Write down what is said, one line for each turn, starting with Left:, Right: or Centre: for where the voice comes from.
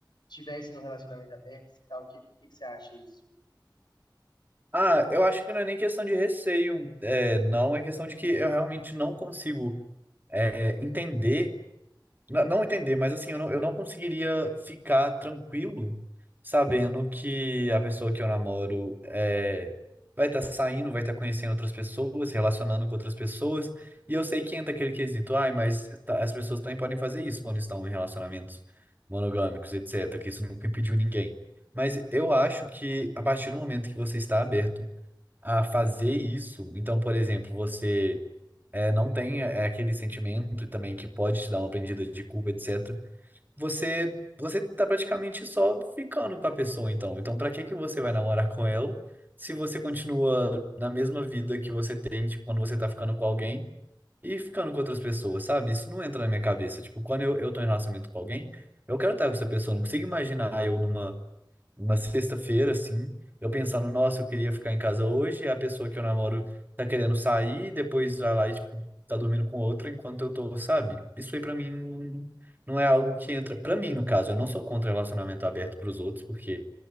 Left: tivesse no relacionamento aberto e tal, o que, o que que você acha isso?
Right: Ah, eu acho que não é nem questão de receio, é, não, é questão de que eu realmente não consigo, é, entender. Na- Não entender, mas assim, eu não, eu não conseguiria ficar tranquilo sabendo que a pessoa que eu namoro é, vai estar saindo, vai estar conhecendo outras pessoas, relacionando com outras pessoas. E eu sei que entra aquele quesito, ai, mas tá- as pessoas também podem fazer isso quando estão em relacionamentos monogâmicos, etc., que isso nunca impediu ninguém. Mas eu acho que a partir do momento que você está aberto a fazer isso, então, por exemplo, você é, não tem é, é aquele sentimento também que pode te dar uma prendida de culpa, etc. Você você tá praticamente só ficando com a pessoa, então. Então, pra que que você vai namorar com ela se você continua na mesma vida que você tem, tipo, quando você tá ficando com alguém e ficando com outras pessoas, sabe? Isso não entra na minha cabeça. Tipo, quando eu, eu tô em relacionamento com alguém, eu quero estar com essa pessoa. Eu Não consigo imaginar eu numa uma sexta-feira, assim, eu pensando, nossa, eu queria ficar em casa hoje, e a pessoa que eu namoro tá querendo sair, depois vai lá e, tipo, tá dormindo com outra enquanto eu tô, sabe? Isso aí pra mim não não é algo que entra. Pra mim, no caso, eu não sou contra relacionamento aberto pros outros, porque,